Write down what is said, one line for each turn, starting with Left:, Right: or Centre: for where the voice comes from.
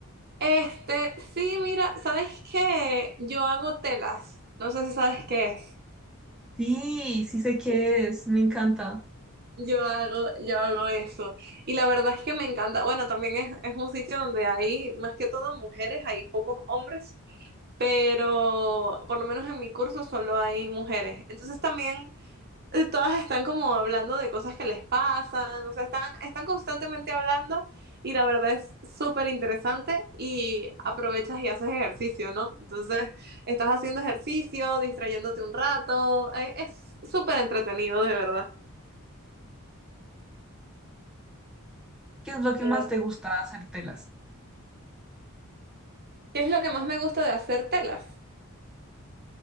Right: Este, sí, mira, ¿sabes qué? Yo hago telas. No sé si sabes qué es.
Centre: Sí, sí sé qué es, me encanta.
Right: Yo hago, yo hago eso. Y la verdad es que me encanta. Bueno, también es, es un sitio donde hay más que todo mujeres, hay pocos hombres, pero por lo menos en mi curso solo hay mujeres. Entonces también eh, todas están como hablando de cosas que les pasan, o sea, están, están constantemente hablando y la verdad es súper interesante y aprovechas y haces ejercicio, ¿no? Entonces, estás haciendo ejercicio, distrayéndote un rato, eh, es súper entretenido, de verdad.
Centre: ¿Qué es lo que
Right: De
Centre: más
Right: verdad.
Centre: te gusta hacer telas?
Right: ¿Qué es lo que más me gusta de hacer telas?